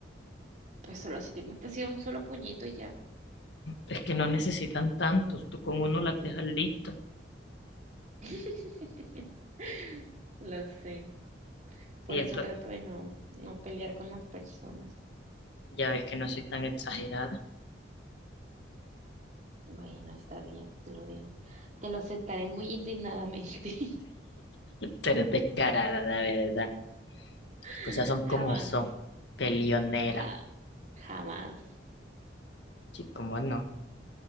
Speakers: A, on the right; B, on the left.
A: Pues solo así, me ha sido un solo puñito y ya.
B: es que no necesitan tantos, tú con uno las dejas listas.
A: <laughs> Lo sé. Por
B: Y ento-
A: eso trato de no, no pelear con las personas.
B: Ya ves que no soy tan exagerada,
A: Bueno, está bien, te lo digo. Te lo aceptaré muy indignadamente.
B: pero descarada, la verdad.
A: <laughs>
B: Las cosas son como
A: Jamás,
B: son, peleonera.
A: ja- jamás.
B: Sí, cómo no.